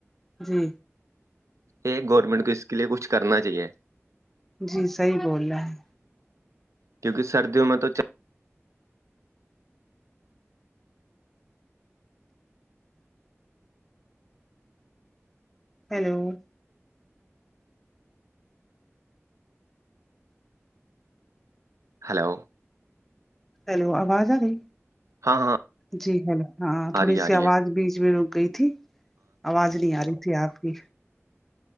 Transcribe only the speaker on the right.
ایک گورنمنٹ کو اس کے لیئے کچھ کرنا چاہیے
کیونکی سردیوں میں تو چا
ہلو
ہاں ہاں
آ رہی ہے آ
رہی
ہے